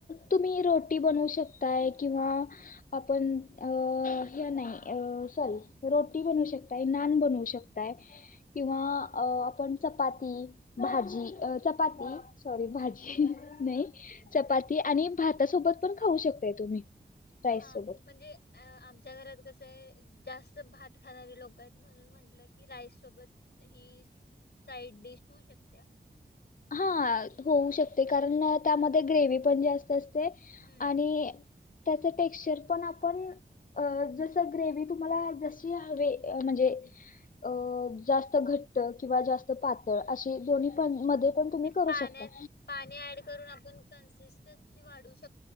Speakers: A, on the left (about 50°); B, on the left (about 70°).
A: तुम्ही रोटी बनवू शकताय किंवा आपण अ हे नाही सॉरी रोटी बनवू शकताय, नान बनवू शकताय, किंवा अ आपण चपाती, भाजी चपाती सॉरी भाजी नाही चपाती आणि भाता सोबत पण खाऊ शकताय तुम्ही राईस
B: हा
A: सोबत
B: म्हणजे अ आमच्या घरात कसं ये जास्त भात खाणारी लोक आहेत म्हणून म्हंटलं की राईस सोबत ही साईड डिश होऊ शकत्या
A: हां. होऊ शकते कारण त्यामध्ये ग्रेवी पण जास्त अस
B: हम्म
A: आणि त्याच टेक्सचर पण आप पण अ जसं ग्रेवी तुम्हाला जशी हवी म्हणजे अ जास्त घट्ट किंवा जास्त पातळ, अशी दोन्ही पण मध्ये पण तुम्ही
B: ते
A: करू
B: पाण्या
A: शकता
B: पाणी ऍड करून आपण कन्सिस्टन्स वाढवू श